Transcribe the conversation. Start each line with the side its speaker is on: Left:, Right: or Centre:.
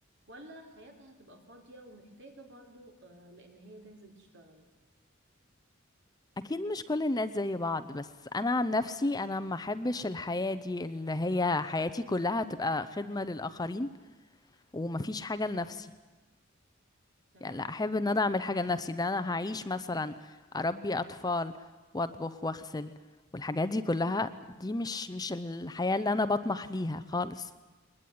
Right: ولا حياتها هتبقى فاضية ومحتاجة برضو آه لأن هي تنزل تشتغل
Left: اكيد مش كل الناس زي بعض بس انا عن نفسي انا ما احبش الحياة دي اللي هي حياتي كلها تبقى خدمة للاخرين ومفيش حاجة لنفسي
Right: تمام
Left: يعني لا احب ان انا اعمل حاجة لنفسي ده انا هعيش مثلا اربي اطفال واطبخ واغسل والحاجات دي كلها دي مش مش الحياة اللي انا بطمح ليها خالص